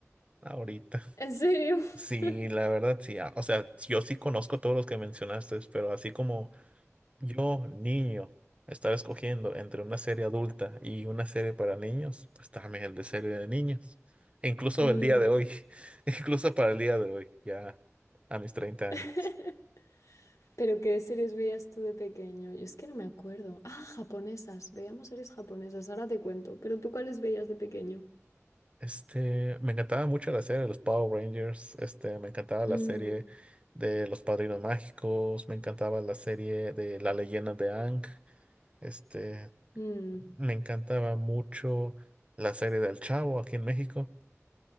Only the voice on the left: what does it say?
¿En serio?
<laughs>
Mm.
<laughs>
Pero ¿qué series veías tú de pequeño? Yo es que no me acuerdo. Ah, japonesas. Veíamos series japonesas. Ahora te cuento. Pero ¿tú cuáles veías de pequeño?
Mm,
mm.